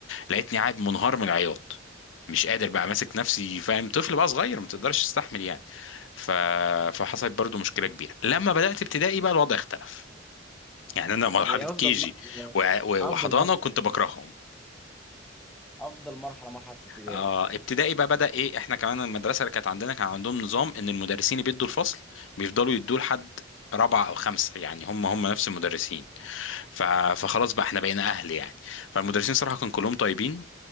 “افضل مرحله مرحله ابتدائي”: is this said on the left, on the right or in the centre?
Centre